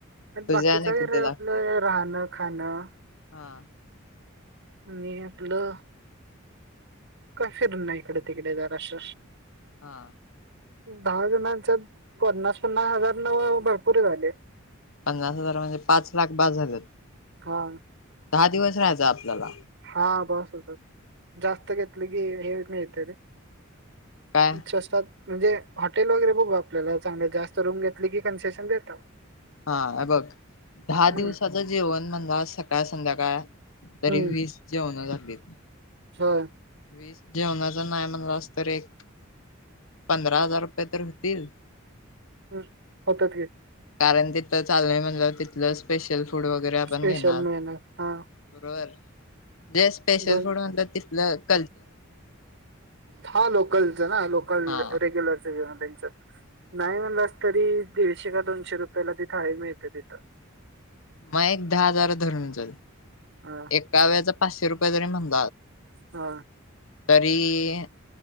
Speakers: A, on the right (about 65°); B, on the left (about 80°).
A: पण
B: तुझ्या
A: बाकीच
B: आणि
A: हे
B: किती
A: आपलं
B: लागतील
A: राहणं, खाणं
B: हा.
A: आणि आपलं काय फिरून नाही इकडे तिकडे जरास.
B: हा.
A: दहा जणांच्यात पन्नास, पन्नास हजार न भरपूर झाले.
B: पन्नास हजार म्हणजे पाच लाख बास झालेत
A: हा
B: दहा दिवस राहायचा आपल्याला.
A: हा बस होत जास्त घेतलं की हे मिळते रे
B: काय
A: स्वस्तात म्हणजे हॉटेल वगैरे बघू आपल्याला चांगल जास्त रूम घेतली की कन्सेशन देतात.
B: हा बघ दहा
A: हम्म
B: दिवसाचं जेवण म्हणजे सकाळ, संध्याकाळ. तरी
A: हम्म
B: वीस जेवणाला लागतील.
A: होय.
B: वीस जेवणाच नाय म्हणला अस तर एक पंधरा हजार तर होतील.
A: हम्म होतात की.
B: कारण तिथं चालवे म्हणलं तिथलं स्पेशल काय. फूड वगैरे आपण
A: स्पेशल
B: घेणार
A: मिळणार हा
B: बरोबर. जे स्पेशल
A: बघ
B: फूड म्हटलं तिथल.
A: हा लोकलच ना लोकल
B: हा.
A: रेग्युलर जेवण त्यांच. नाही म्हणलास तरी दीडशे का दोनशे रुपयाला तिथं थाळी मिळते तिथ.
B: मग एक दहा हजार धरून चल
A: हा
B: एकाव्याचा पाचशे रुपये जरी म्हणत
A: हा
B: तरी